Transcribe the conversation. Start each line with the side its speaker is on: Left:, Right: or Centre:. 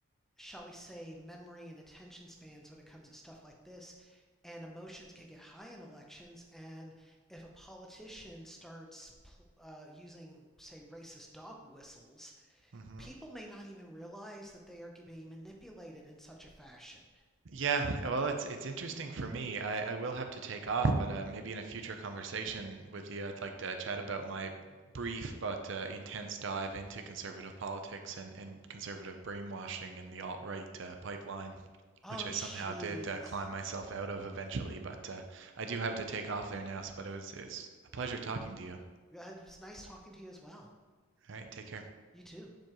Centre: shall we say, memory and attention spans when it comes to stuff like this. And emotions can get high in elections. And if a politician starts uh, using, say, racist dog whistles,
Right: hmm
Centre: people may not even realize that they are being manipulated in such a fashion.
Right: Yeah, uh, well, it's it's interesting for me. I, I will have to take off, but uh, maybe in a future conversation with you, I'd like to chat about my brief but uh, intense dive into conservative politics and, and conservative brainwashing and the alt-right uh, pipeline,
Centre: Oh,
Right: which I
Centre: jeez.
Right: somehow did uh, climb myself out of eventually. But uh, I do have to take off there now, s- but it was it's a pleasure talking to you. All
Centre: Uh, It was nice talking to you as well.
Right: right, take care.
Centre: You too.